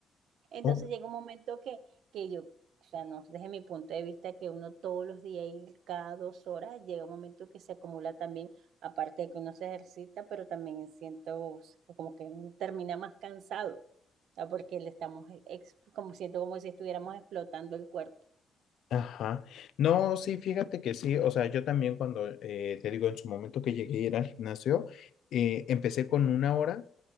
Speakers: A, on the right (about 75°); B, on the left (about 70°).
A: Entonces
B: Oh,
A: llega un momento que, que yo, o sea, no desde mi punto de vista, que uno todos los días y cada dos horas, llega un momento que se acumula también, aparte de que uno se ejercita, pero también siento como que uno termina más cansado, o sea, porque le estamos, ex- como siento como si estuviéramos explotando el cuerpo.
B: ajá. No, sí, fíjate que sí. O sea, yo también cuando eh, te digo en su momento que llegué a ir al gimnasio, eh, empecé con una hora